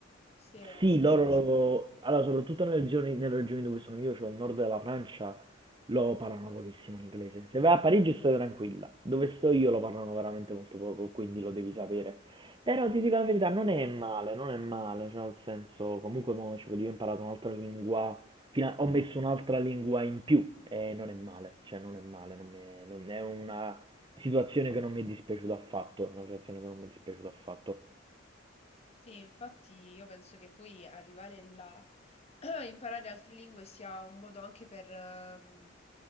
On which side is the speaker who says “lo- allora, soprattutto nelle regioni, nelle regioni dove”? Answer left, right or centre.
Right